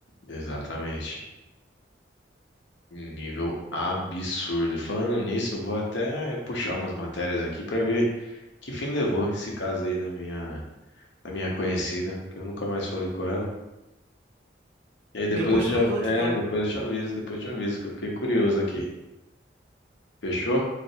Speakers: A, on the left (about 70°); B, on the right (about 70°).
A: exatamente. Um Nível absurdo. Falando nisso, eu vou até puxar umas matérias aqui para ver que fim levou esse caso aí da minha, da minha conhecida, que eu nunca mais falei com ela. E aí depois
B: Depois
A: eu te,
B: tu me
A: av-
B: conta,
A: é,
B: então.
A: depois eu te aviso, depois eu te aviso, que eu fiquei curioso aqui. Fechou?